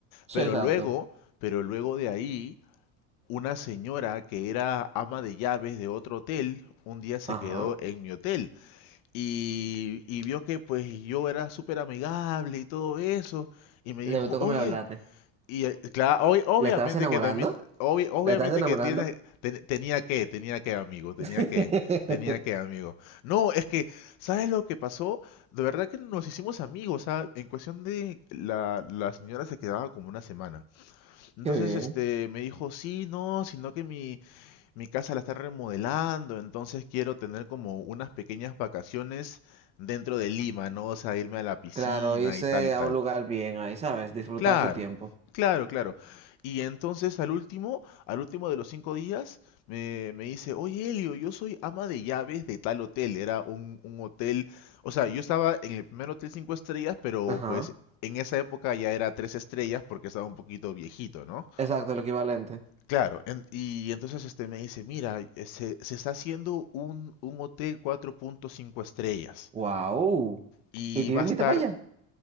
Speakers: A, on the left; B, on the right.
A: Pero
B: Sí, exacto.
A: luego, pero luego de ahí, una señora que era ama de llaves de otro hotel, un día se
B: Ajá.
A: quedó en mi hotel y, y vio que pues yo era súper amigable y todo eso, y me
B: Le
A: dijo,
B: gustó
A: oye,
B: cómo le hablaste.
A: y claro, obviamente
B: ¿La estabas enamorando?
A: que también, obvi- obviamente
B: ¿La estabas enamorando?
A: que tiene, ten- tenía que, tenía que, amigo, tenía
B: <laughs>
A: que,
B: Qué
A: tenía que, amigo. No, es que, ¿sabes lo que pasó? De verdad que nos hicimos amigos, ¿sabes? En cuestión de la, la señora se quedaba como una semana. Entonces,
B: bien.
A: este, me dijo, sí, no, sino que mi, mi casa la está remodelando, entonces quiero tener como unas pequeñas vacaciones dentro de Lima, ¿no? O sea, irme a la piscina
B: Claro, irse
A: y tal y tal.
B: a un lugar bien ahí, ¿sabes? Disfrutar
A: Claro,
B: su tiempo.
A: claro, claro. Y entonces al último, al último de los cinco días, me, me dice, oye Elio, yo soy ama de llaves de tal hotel. Era un, un hotel, o sea, yo estaba en el primer hotel cinco estrellas, pero
B: Ajá,
A: pues en esa época ya era tres estrellas porque estaba un poquito viejito, ¿no?
B: exacto, lo equivalente.
A: Claro, en- y entonces este me dice, mira, eh, se, se está haciendo un, un hotel cuatro punto cinco estrellas
B: ¡Wow!
A: y
B: ¿Y te
A: va
B: iba a
A: a
B: invitar
A: estar
B: para allá?